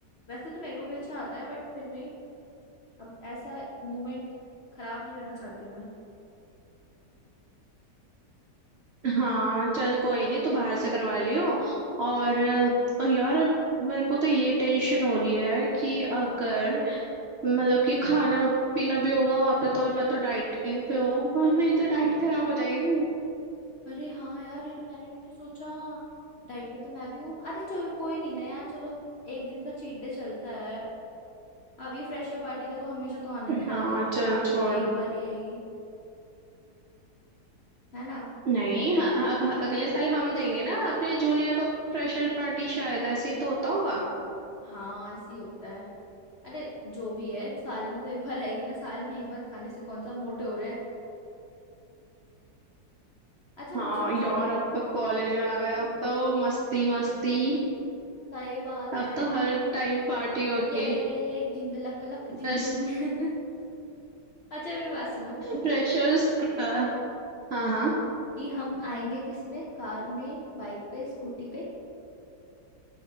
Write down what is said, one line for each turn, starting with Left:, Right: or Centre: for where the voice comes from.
Left: वैसे तो मेरे को भी अच्छा आता है बट फिर भी अब ऐसा मोमेंट खराब नहीं करना चाहती मैं
Right: हाँ चल कोई नहीं तू बाहर से करवा लियो और अ, यार मेरे को तो ये टेंशन हो रही है कि अगर मतलब कि खाना पीना भी होगा वहां पे तो और मैं तो डाइटिंग पे हूँ और मेरी तो डाइट खराब हो जाएगी
Left: अरे हाँ यार ये तो मैंने भी नहीं सोचा डाइट पे तो मैं भी हूँ अरे चलो कोई नहीं ना यार चलो एक दिन का चीट डे चलता है अब ये फ्रेशर पार्टी देखो हमेशा तो आने नहीं वाली
Right: हाँ चल
Left: साल
Right: छोड़
Left: में एक बार ही आएगी है ना
Right: नहीं हाँ, अब अगले साल हम देंगे ना अपने जूनियर को फ्रेशर पार्टी शायद ऐसे ही तो होता होगा
Left: हाँ ऐसे ही होता है अरे जो भी है साल में तो एक बार आएगी ना साल में एक बार खाने से कौन सा मोटे हो रहे हैं अच्छा
Right: हाँ
Left: वो सब
Right: यार
Left: छोड़ो
Right: अब तो कॉलेज में आ गए अब तो मस्ती मस्ती
Left: सही बात
Right: अब
Left: है
Right: तो हर टाइम पार्टी होगी
Left: ये ढिंग लक लक ढिंग
Right: फ्रेश
Left: ढिंग <laughs> अच्छा मेरी बात सुनो
Right: फ्रेशर्स <laughs> हाँ हाँ
Left: कि हम आएंगे किस में कार में बाइक पे स्कूटी पे